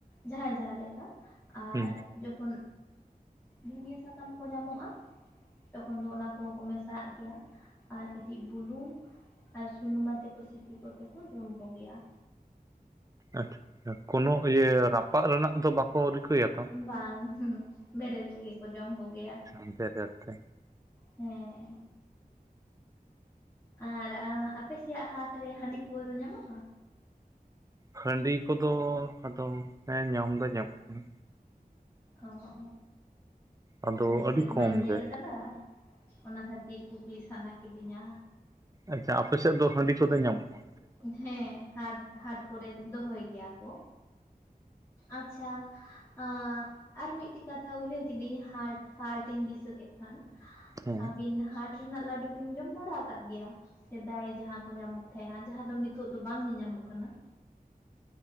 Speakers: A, on the left; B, on the right.
A: ᱡᱟᱦᱟᱸᱭ ᱡᱟᱦᱟᱸ ᱞᱮᱠᱟ ᱟᱨ
B: ᱦᱩᱸ
A: ᱡᱚᱠᱷᱚᱱ ᱫᱷᱩᱱᱤᱭᱟᱹ ᱥᱟᱠᱟᱢ ᱠᱚ ᱧᱟᱢᱚᱜᱼᱟ ᱛᱚᱠᱷᱚᱱ ᱫᱚ ᱚᱱᱟ ᱠᱚᱦᱚᱸ ᱠᱚ ᱢᱮᱥ ᱛᱟᱜ ᱜᱮᱭᱟ ᱟᱨ ᱠᱟᱹᱴᱤᱡ ᱵᱩᱞᱩᱝ ᱟᱨ ᱥᱩᱱᱩᱢ ᱟᱛᱮᱠᱚ ᱥᱤᱯᱤ ᱠᱚᱛᱮ ᱠᱚ ᱡᱚᱢ ᱠᱚᱜᱮᱭᱟ᱾
B: ᱟᱪᱪᱷᱟ ᱠᱳᱱᱳ ᱤᱭᱟᱹ ᱨᱟᱯᱟᱜ ᱨᱮᱱᱟᱜ ᱫᱚ ᱵᱟᱠᱚ ᱨᱤᱠᱟᱹᱭᱟ? ᱛᱚ
A: ᱵᱟᱝ ᱦᱩᱸ ᱵᱮᱨᱮᱞ ᱛᱮᱜᱮ ᱠᱚ ᱡᱚᱢ ᱠᱚᱜᱮᱭᱟ᱾
B: ᱦᱟᱱᱛᱮ ᱱᱟᱛᱮ
A: ᱦᱮᱸ ᱟᱨ ᱟ ᱟᱯᱮ ᱥᱮᱭᱟᱜ ᱦᱟᱴ ᱨᱮ ᱦᱟᱺᱰᱤ ᱯᱟᱹᱣᱨᱟᱹ ᱧᱟᱢᱚᱜᱼᱟ?
B: ᱦᱟᱺᱰᱤ ᱠᱚᱫᱚ ᱟᱫᱚᱢ ᱦᱮ ᱧᱟᱢ ᱫᱚ ᱧᱟᱢᱚᱜ ᱠᱟᱱᱟ᱾
A: ᱚ ᱚ
B: ᱟᱫᱚ
A: ᱟᱞᱮ
B: ᱟᱹᱰᱤ
A: ᱥᱮᱫ
B: ᱠᱚᱢ
A: ᱢᱟᱧ ᱧᱮᱞ
B: ᱜᱮ
A: ᱟᱠᱟᱫᱟ ᱚᱱᱟ ᱠᱷᱟᱹᱛᱤᱨ ᱠᱩᱠᱞᱤ ᱥᱟᱱᱟ ᱠᱤᱫᱤᱧᱟ᱾
B: ᱟᱪᱪᱷᱟ ᱟᱯᱮ ᱥᱮᱫ ᱫᱚ ᱦᱟᱺᱰᱤ ᱠᱚᱫᱚ ᱧᱟᱢᱚᱜ-ᱟ᱾
A: ᱦᱮᱸ ᱦᱟᱴ ᱦᱟᱴ ᱠᱚᱨᱮ ᱫᱚᱦᱚᱭ ᱜᱮᱭᱟ ᱠᱚ ᱟᱪᱪᱷᱟ ᱟᱸ ᱟᱨ ᱢᱤᱫᱴᱤᱡ ᱠᱟᱛᱷᱟ ᱩᱭᱦᱟᱹᱨ ᱠᱤᱫᱤᱧ ᱦᱟᱴ ᱦᱟᱴ ᱤᱧ ᱫᱤᱥᱟᱹ ᱠᱮᱫ ᱠᱷᱟᱱ
B: ᱦᱮᱸ
A: ᱟᱹᱵᱤᱱ ᱦᱟᱴ ᱨᱮᱱᱟᱜ ᱞᱟᱹᱰᱩ ᱵᱤᱱ ᱡᱚᱢ ᱵᱟᱲᱟ ᱟᱠᱟᱫ ᱜᱮᱭᱟ? ᱥᱮᱫᱟᱭ ᱡᱟᱦᱟᱸ ᱠᱚ ᱧᱟᱢᱚᱜ ᱛᱟᱦᱮᱸᱜ-ᱟ ᱡᱟᱦᱟᱸ ᱫᱚ ᱱᱤᱛᱚᱜ ᱫᱚ ᱵᱟᱝ ᱧᱮᱧᱟᱢᱚᱜ ᱠᱟᱱᱟ᱾